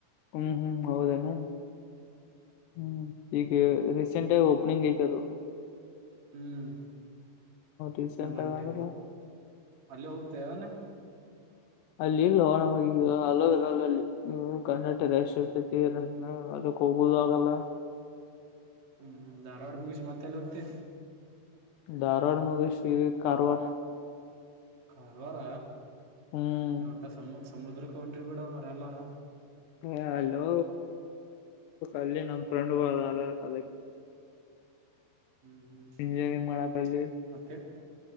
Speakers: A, on the left (about 80°); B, on the right (about 45°).
A: ಹ್ಮ್ ಹ್ಮ್ ಹೌದೇನಾ ಹ್ಮ್ ಟಿ ಕೆ ಹರಿ ಚಿಂಟ್ಯಾಗ್ ಓಪನಿಂಗೈತ್ ಅದು.
B: ಹ್ಮ್.
A: ರೀಸೆಂಟ್
B: ಒಂಟಿ
A: ಆಗ ಅಂದ್ರ
B: ಅಲ್ಲೇ ಹೋಗ್ತೇವೆಾನ
A: ಅಲ್ಲಿ ಇಲ್ವಾ ನಮಗೆ ಈಗ ಅಲರಲ್ಲಲ್ಲಿ ಕರ್ನ್ನಟ ರಷ್ಟತ
B: ಇಲ್ಲ
A: ಹ ಅದು ಕೋೋ ಜಾಗಲ್ಲ
B: ಹ್ಮ್ ಧಾರವಾಡ ಮುಗಸ ಮತ್ತೆಲ್ಲ ಹೋಗ್ತಿ
A: ಧಾರವಾಡ ಮುವಿ ಸಿ ಕಾರವಾರ
B: ಕಾರವಾರ
A: ಹ್ಮ್
B: ಇಟ್ಟ ಸಮ ಸಮುದ್ರಕ್ಕೆ ಒಂಟ್ರಿ ಬಿಡನರ ಎಲ್ಲಾರ
A: ಹಾ ಹಲೋ ಅಲ್ಲಿ ನಮ ಫ್ರೆಂಡ್ ಅದಾರ ಅದಕ್ಕೆ
B: ಹ್ಮ್ ಹ್ಮ್
A: ಇಂಜಿನಿಯರಿಂಗ್ ಮಾಡಕಲ್ಲಿ
B: ಮತ್ತೆ